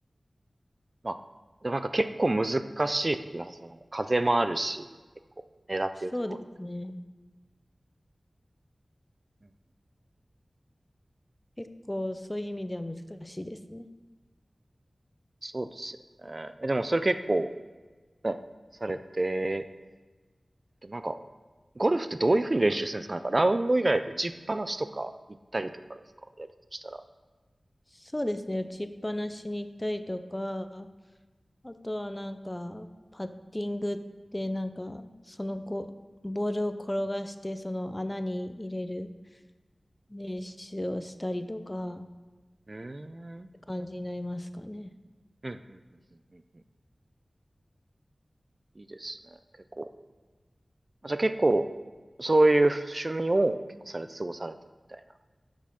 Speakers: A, on the right; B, on the left.
A: まあ、でもなんか結構難しいって言います。その、風もあるし、結構、狙ってるところに行く。
B: そうですね。
A: うん
B: 結構そういう意味では難しいですね。
A: そうですよね。え、でもそれ結構、ね、されて、でもなんか、ゴルフってどういうふうに練習するんですかなんか、ラウンド以外打ちっぱなしとか行ったりとかですかやるとしたら。
B: そうですね。打ちっぱなしに行ったりとか、あとはなんか、パッティングってなんか、その後、ボールを転がしてその穴に入れる練習をしたりとか、
A: うーん
B: 感じになりますかね。
A: うんうんうんうんうんうんいいですね。結構。まあじゃあ結構、そういう趣味を結構されて過ごされてるみたいな。